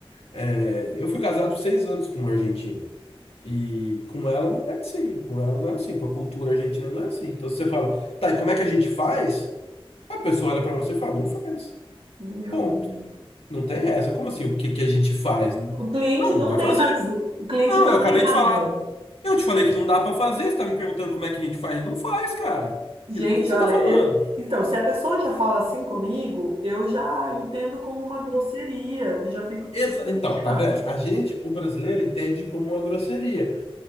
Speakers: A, on the left (about 80°); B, on the right (about 70°).
A: É, eu fui casado seis anos com um argentino. E com ela não é assim, com ela não era assim, com a cultura argentina não é assim. Então você fala, tá, e como é que a gente faz? A pessoa olha pra você e fala, não faz.
B: meu
A: Ponto.
B: Deus.
A: Não tem essa. Como assim? O que que a gente faz? Não,
B: O cliente
A: não
B: não
A: não vai
B: tem
A: fazer.
B: razão. O cliente
A: Não,
B: não
A: eu acabei
B: tem razão.
A: de falar. Eu te falei que não dá pra fazer, você tá me perguntando como é que a gente faz? Não faz, cara.
B: Gente,
A: E Do que que você
B: olha,
A: tá falando?
B: eu- então, se a pessoa já fala assim comigo, eu já entendo como uma grosseria, eu já fico
A: Exa-
B: super
A: Então,
B: chateada.
A: tá vendo? A gente, o brasileiro, entende como uma grosseria.